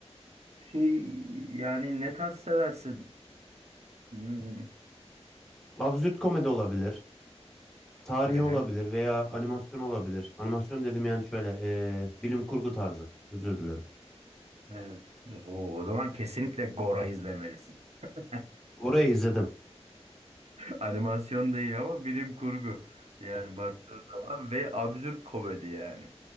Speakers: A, on the right; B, in the centre.
A: şey yani ne tarz seversin? Hmm,
B: Absürt komedi olabilir. Tarihi
A: Hı hı.
B: olabilir veya animasyon olabilir. Animasyon dedim yani şöyle eee, bilim kurgu tarzı. Özür dilerim.
A: Evet. O, o zaman kesinlikle Gora izlemelisin. <laughs>
B: Kore'yi izledim.
A: Animasyon değil ama bilim kurgu. Yani baktığın zaman ve absürt komedi yani.